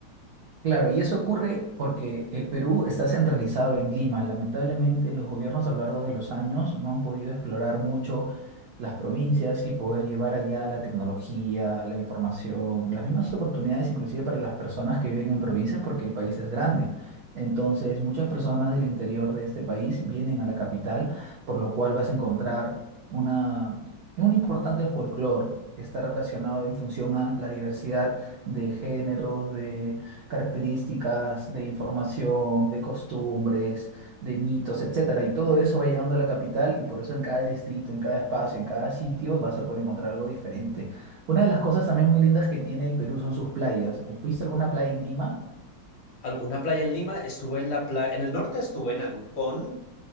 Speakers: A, on the right; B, on the left.
A: Claro, y eso ocurre porque el Perú está centralizado en Lima. Lamentablemente, los gobiernos a lo largo de los años no han podido explorar mucho las provincias y poder llevar allá la tecnología, la información, las mismas oportunidades inclusive para las personas que viven en provincias porque el país es grande. Entonces, muchas personas del interior de este país vienen a la capital, por lo cual vas a encontrar una, un importante folclore que está relacionado en función a la diversidad de géneros, de características de información, de costumbres, de mitos, etcétera. Y todo eso va llegando a la capital y por eso en cada distrito, en cada espacio, en cada sitio vas a poder encontrar algo diferente. Una de las cosas también muy lindas que tiene el Perú son sus playas. ¿Fuiste a alguna playa en Lima?
B: ¿Alguna playa en Lima? Estuve en la playa, en el norte estuve en Ancón.